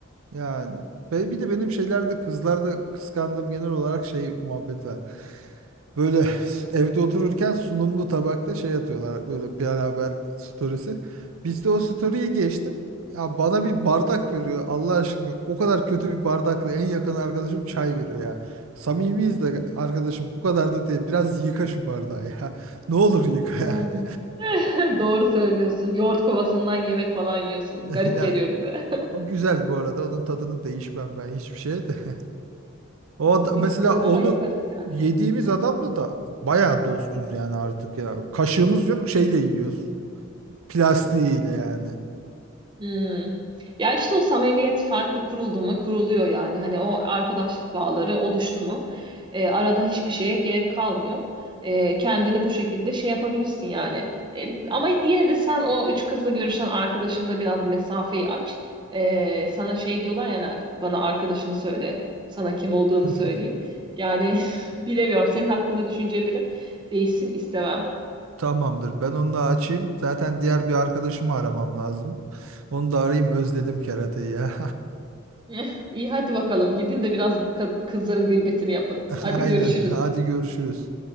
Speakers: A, on the right (about 80°); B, on the right (about 20°).
A: yani ve bir de benim şeylerde kızlarda kıskandığım genel olarak şey muhabbet var. Böyle su- evde otururken sunumlu tabakta şey atıyorlar böyle bir haber storiesi. Biz de o story'i geçtim. Ya bana bir bardak veriyor Allah aşkına. O kadar kötü bir bardakla en yakın arkadaşım çay veriyor ya. Samimiyiz de arkadaşım bu kadar da değil. Biraz yıka şu bardağı ya. <laughs> Ne olur yıka
B: Yani
A: yani.
B: Doğru söylüyorsun. Yoğurt kovasından yemek falan yiyorsunuz.
A: <laughs>
B: Garip
A: Ya
B: geliyor bize.
A: o güzel bu arada. Onun tadını değişmem ben hiçbir şeye de. <laughs> O
B: <laughs>
A: ad-
B: Biz
A: mesela
B: kızar
A: onu
B: ama yaparız yani.
A: yediğimiz adamla da bayağı dostuz yani artık ya. Kaşığımız yok şeyle yiyoruz. Plastiğiyle yani.
B: Hmm. Ya işte o samimiyet farklı kuruldu mu kuruluyor yani. Hani o arkadaşlık bağları oluştu mu e, arada hiçbir şeye gerek kalmıyor. E, kendini bu şekilde şey yapabilirsin yani. E, ama yine de sen o üç kızla görüşen arkadaşınla biraz mesafeyi aç. E, sana şey diyorlar yani bana arkadaşını söyle. Sana kim olduğunu
A: <laughs>
B: söyleyeyim. Yani <laughs> bilemiyorum senin hakkında düşüncelerim değişsin istemem.
A: Tamamdır. Ben onu da açayım. Zaten diğer bir arkadaşımı aramam lazım. Onu da arayayım. Özledim kerateyi ya.
B: Eh, İyi hadi bakalım gidin de biraz ka- kızların gıybetini yapın.
A: <laughs>
B: Hadi
A: Aynen.
B: görüşürüz.
A: Hadi görüşürüz.